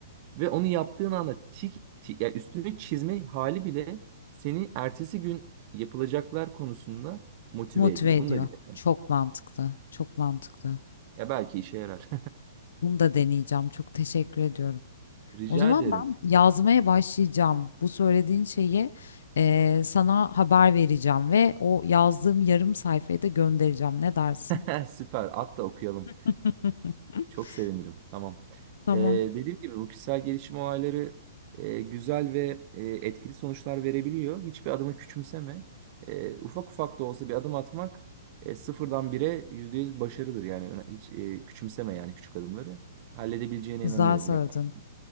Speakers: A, on the right; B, on the left.
A: Ve onu yaptığın anda tik, tik yani üstüne çizme hali bile seni ertesi gün yapılacaklar konusunda motive
B: Motive
A: ediyor.
B: ediyor.
A: Bunu da bir dene.
B: Çok mantıklı. Çok mantıklı.
A: Ya belki işe yarar.
B: Bunu da deneyeceğim. Çok teşekkür ediyorum.
A: <laughs> Rica
B: O zaman
A: ederim.
B: ben yazmaya başlayacağım. Bu söylediğin şeyi eee, sana haber vereceğim ve o yazdığım yarım sayfayı da göndereceğim. Ne dersin?
A: <laughs> Süper. At da okuyalım.
B: <laughs>
A: Çok sevinirim. Tamam.
B: Tamam.
A: Ee, dediğim gibi bu kişisel gelişim olayları e, güzel ve e, etkili sonuçlar verebiliyor. Hiçbir adımı küçümseme. Ee, ufak ufak da olsa bir adım atmak e, sıfırdan bire yüzde yüz başarıdır. Yani öne- hiç e, küçümseme yani küçük adımları. Halledebileceğine
B: Güzel
A: inanıyorum.
B: söyledin.
A: Yaparsın.